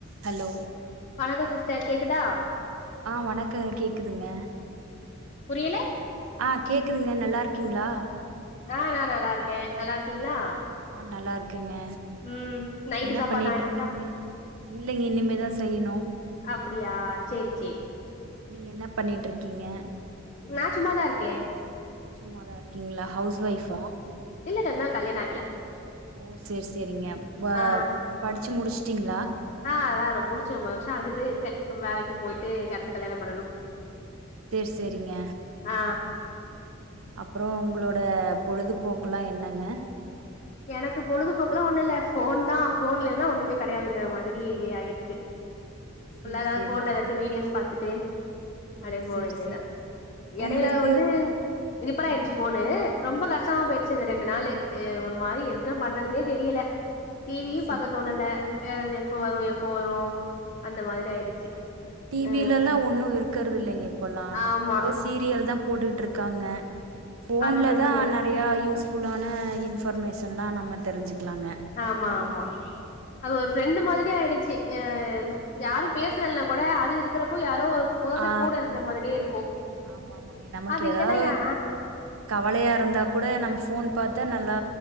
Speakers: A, on the right; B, on the left.
A: hello
B: வணக்கோ sister கேக்குதா
A: ஆ வணக்க கேக்குதுங்க
B: புரியல
A: ஆ கேக்குதுங்க நல்லா இருக்கீங்களா
B: ஆ நா நல்லா இருக்கே நல்லா இருக்கீங்களா
A: ஆ நல்லா இருக்கேங்க
B: ம் நைட்டு
A: என்ன
B: சாப்பாடுலா
A: பண்ணிட்ருக்கீங்க
B: ஆயிடுச்சா
A: இல்லைங்க இனிமேதா செய்யணு
B: அப்புடியா சேரி சேரி
A: ஆமாங்க நீங்க என்ன பண்ணிட்ருக்கீங்க
B: நா சும்மாதா இருக்கே
A: சும்மாதா இருக்கீங்களா ஹவுஸ் வைஃபா
B: இல்லல்ல இன்னு கல்யாணோ ஆகல
A: ஓ சேரி சேரிங்க பா
B: ஆ
A: படிச்சு முடிச்சுட்டீங்ளா
B: ஆ அதா ரொம் முடிச்சு ரொம்ப வர்ஷோ ஆகுது இருக்கே வேலைக்கு போயிட்டு இருக்கே அடுத்து கல்யாணம் பண்ணணு
A: சேர் சேரிங்க
B: ஆ
A: அப்றோ உங்களோட பொழுது போக்குலா என்னங்க
B: எனக்கு பொழுது போக்குலா ஒன்னு இல்ல ஃபோன்தா ஃபோன் இல்லன்னா ஒன்னுமே கெடையாதுங்குற மாதிரி ஆயிட் க்கு
A: சேரி
B: உள்ள எதாது
A: சேரிங்க
B: ஃபோன்ல எதாச்சு வீடியோஸ் பாத்துட்டு அப்டியே
A: ஓ
B: போ
A: சேரி
B: வேண்டியதா
A: சேரிங்க
B: எடயில
A: உங்களுக்கு
B: வந்து ரிப்பர்
A: ம்
B: ஆயிடுச்சு ஃபோனு ரொம்ப கஷ்டமா போயிடுச்சு அந்த ரெண்டு நாளு எ ஒரு மாரி எதுதா பண்றதுன்னே தெரியல டிவியு
A: ஓ சே
B: பாக்க தோணல ஆ அது எப்ப வரு எப்ப வரு அந்த மாதிரி
A: ஆமாங்க
B: ஆயிடுச்சு
A: டிவிலலா
B: அ
A: ஒன்னு இருக்கறது இல்லைங்க இப்பல்லா
B: ஆமா
A: வந்து சீரி யல் போட்டுட்ருக்காங்க போன்லதா
B: அத சொல்லுங்க
A: ந றியா யூஸ்ஃபுல்லான இன்ஃபர்மேஷன்னா நம்ம தெரிஞ்சுக்லாங்க
B: ஆமா ஆமா அது ஒரு ஃப்ரெண்டு
A: ஆமா
B: மாதிரி ஆயிருச்சி ஏ யாரு பேசுலனாகூட அது இருக்கறப்போ யாரோ ஒரு பொசன்
A: ஆ
B: கூட இருக்குற மாதிரியே இருக்கு
A: ஆமா ஆமாங்க நமக்கு
B: அது இல்லனா
A: ஏதாவது
B: யா
A: கவலையா இருந்தா கூட நம் போன் பாத்தா நல்லா